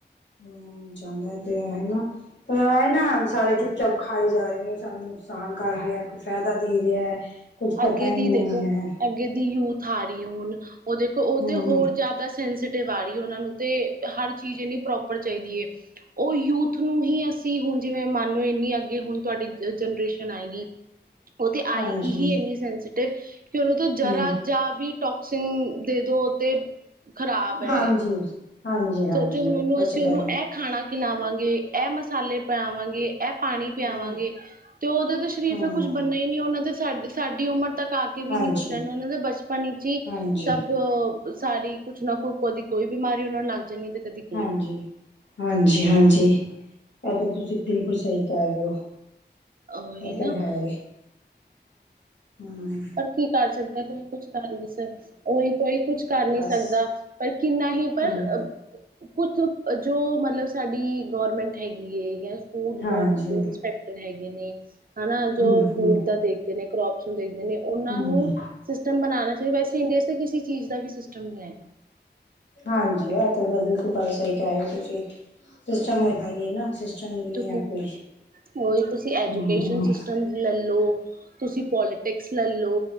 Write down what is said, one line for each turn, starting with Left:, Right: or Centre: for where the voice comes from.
Left: ਉਹ ਚਾਹਦਾ
Right: ਹੂੰ।
Left: ਤੇ ਹੈਨਾ। ਵੈਹੇ ਨਾ ਸਾਰੇ ਚੁੱਪ-ਚਾਪ ਖਾਈ ਜਾ ਰਹੇ ਨੇ, ਸਾਨੂੰ ਨੁਕਸਾਨ ਕਰ ਰਿਆ ਕੋਈ ਫਾਇਦਾ ਦੇ ਰਿਆ ਐ। ਕੁੱਛ ਪਤਾਂ
Right: ਅੱਗੇ
Left: ਈ
Right: ਦੀ
Left: ਨਹੀ
Right: ਦੇਖੋ
Left: ਐ।
Right: ਅੱਗੇ ਦੀ ਯੂਥ ਆ ਰਹੀ ਏ ਹੁਣ ਉਹ ਦੇਖੋ ਉਹ
Left: ਹਮ
Right: ਤੇ ਹੋਰ ਜ਼ਿਆਦਾ ਸੈਂਸਟਿਵ ਆ ਰਹੀ ਉਹਨਾਂ ਨੂੰ ਤੇ ਹਰ ਚੀਜ਼ ਇਹਨੀ ਪ੍ਰੋਪਰ ਚਾਹੀਦੀ ਏ। ਉਹ ਯੂਥ ਨੂੰ ਹੀ ਅਸੀਂ ਹੁਣ ਜਿਵੇਂ ਮੰਨ ਲੋ ਇੰਨੀ ਅੱਗੇ ਹੁਣ ਤੁਹਾਡੀ ਜਨਰੇਸ਼ਨ ਆਏਗੀਂ। ਉਹ ਤੇ ਆਏਗੀ
Left: ਹਾਂਜੀ
Right: ਹੀ ਇੰਨੀ ਸੈਂਸਟਿਵ ਕਿ ਉਹਨੂੰ ਤਾਂ ਜ਼ਰਾ
Left: ਹਮ
Right: ਜਾਂ ਵੀ ਟੋਕਸੀਨ ਦੇ ਦੋ ਤੇ ਖ਼ਰਾਬ ਹੈ।
Left: ਹਾਂਜੀ ਹਾਂਜੀ ਹਾਂਜੀ
Right: ਸੋਚੋ ਹੁਣ ਉਹਨੂੰ
Left: ਬਚਦਾ
Right: ਅਸੀਂ ਉਹਨੂੰ
Left: ਹੀ ਨੀ
Right: ਇਹ ਖਾਣਾ ਖਿਲਾਵਾਂਗੇ। ਇਹ ਮਸਾਲੇ ਪਿਆਵਾਂਗੇ ਇਹ ਪਾਣੀ ਪਿਆਵਾਂਗੇ।
Left: ਹੂੰ
Right: ਤੇ ਉਹਦਾ ਤਾਂ ਸਰੀਫ
Left: ਹੂੰ
Right: ਕੁੱਝ ਬਣਨਾ ਹੀ ਨਹੀਂ ਉਹਨਾਂ ਦੇ ਸਾ ਸਾਡੀ ਉਮਰ ਤੱਕ ਆ ਕੇ ਵੀ
Left: ਹਾਂਜੀ
Right: ਨੀ ਕੁਛ ਰਹਿਣਾ, ਉਹਨਾਂ ਦੇ ਬਚਪਨ ਵਿੱਚ ਹੀ
Left: ਹਾਂਜੀ
Right: ਸਭ ਸਾਰੀ ਕੁਛ ਨਾ ਕੁ ਕਦੀ ਕੋਈ ਬਿਮਾਰੀ ਉਹਨਾਂ ਨੂੰ ਲਗ ਜਾਣੀ। ਕਦੀ ਕੋਈ
Left: ਹਾਂਜੀ-ਹਾਂਜੀ-ਹਾਂਜੀ, ਇਹ ਤਾਂ ਤੁਸੀਂ ਬਿਲਕੁਲ ਸਹੀ ਕਹਿ ਰਹੇ ਹੋ।
Right: ਉਹੀ
Left: ਉਹ
Right: ਨਾ
Left: ਤੇ ਹੈ ਈ ਹੂੰ,
Right: ਪਰ ਕੀ ਕਰ ਸਕਦੇ, ਕੋਈ ਕੁਛ ਕਰ ਨੀ ਉਹੀ ਕੋਈ ਕੁਛ ਕਰ ਨੀ
Left: ਬਸ
Right: ਸਕਦਾ। ਪਰ ਕਿੰਨਾ ਹੀ ਪਰ
Left: ਹੂੰ
Right: ਕੁਛ ਜੋ ਮਤਲਬ ਸਾਡੀ ਗਰਮੈਂਟ ਹੈਗੀ ਹੈ ਜਾਂ ਫੂਡ
Left: ਹਾਂਜੀ
Right: ਗ ਇੰਸਪੈਕਟਰ ਹੈਗੇ ਨੇ ਹਨਾ ਜੋ
Left: ਹੂੰ
Right: ਫੂਡ
Left: ਹੂੰ
Right: ਦਾ ਦੇਖ ਨੇ ਕਰੋਪਸ ਨੂੰ ਦੇਖਦੇ ਨੇ ਉਹਨਾਂ
Left: ਹੂੰ
Right: ਨੂੰ ਸਿਸਟਮ ਬਣਾਣਾ ਚਾਹੀਦਾ, ਵੈਸੇ ਇੰਡੀਆ ਚ ਤੇ ਕਿਸੇ ਚੀਜ਼ ਦਾ ਵੀ ਸਿਸਟਮ ਨਹੀਂ ਹੈਗਾ।
Left: ਹਾਂਜੀ, ਤੇ ਬਿਲਕੁਬੱਲ ਗੱਲ ਸਹੀ ਕਹਿ ਰਹੇ ਹੋ ਤੁਸੀਂ ਸਿਸਟਮ ਹੋ ਏ ਤਾ ਈ ਏ ਨਾ। ਸਿਸਟਮ ਹੀ ਨਹੀਂ
Right: ਤੁਸੀਂ
Left: ਹੈ ਕੋਈ
Right: ਉਹੀ ਤੁਸੀਂ ਐਜੂਕੇਸ਼ਨ
Left: ਹੂੰ ਹੂੰ
Right: ਸਿਸਟਮ ਲੈਲੋ ਤੁਸੀਂ ਪੋਲੀਟਿਕਸ ਲੈਲੋ